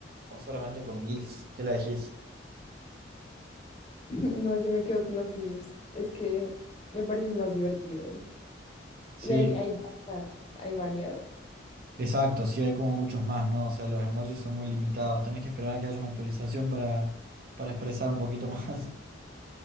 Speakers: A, on the right (about 50°); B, on the left (about 30°).
A: o solamente con GIFs, ¿qué le decís?
B: <clears throat> No, yo me quedo con los GIFs. Es que me parecen más divertidos.
A: Sí,
B: Y hay, hay variedad, hay variedad.
A: Exacto, sí hay como muchos más, ¿no? O sea, los emojis son muy limitados. Tenés que esperar a que haya una actualización para, para expresar un poquito más. <laughs>